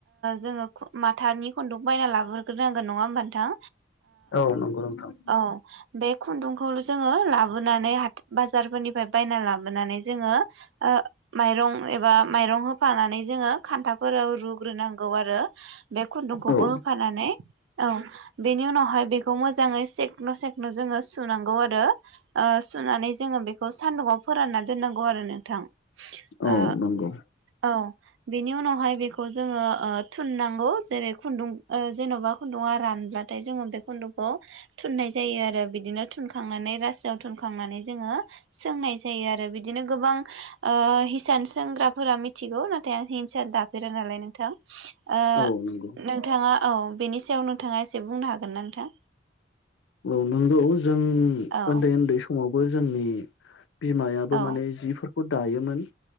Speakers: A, on the right; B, on the left.
A: जोङो माथानि खुन्दुंखौ बायना लाबोग्रोनांगोन नङा हबा नोंथां!
B: औ नंगौ नोंथां
A: ओ औ बे खुन्दुंखौल' जोङो लाबोनानै हाथाय बाजारफोरनिफ्राय बायना लाबो <inaudible> जोङो माइरं एबा माइरं होनानै होफानानै जोङो खान्थाफोराव रुग्रोनांगौ आरो बे खुन्दुंखौबो
B: औ
A: होफानानै औ बेनि उनावहाय बेखौ मोजाङै सेख्ल' सेख्ल' जोङो सुनांगौ आरो सुनानै जोङो बेखौ सानदुंआव फोरानना दोननांगौ आरो नोंथां
B: औ
A: ओ
B: नंगौ
A: औ बेनि उनावहाय बेखौ जोङो ओ थुननांगौ जेरै खुन्दुं ओ जेन'बा खुन्दुङा रा ब्ला थाय जोङो बे खुन्द'खौ थुननाय जायो आरो बिदिनो थुनखांनानै रासोआव थुनखांनानै जोङो सोंनाय जायो आरो बिदिनो गोबां ओ हिसान सोंग्राफोरा मिथिगौ नाथाय आं हिंसान दाफेरा नालाय नोंथां ओ
B: औ नंगौ औ
A: नोंथाङा औ बेनि सायाव नोंथाङा एसे बुंनो हागोन ना नोंथां
B: औ नंगौ जों
A: औ
B: उन्दै-उन्दै समावबो जोंनि बिमायाबो
A: औ
B: माने जिफोरखौ दायोमोन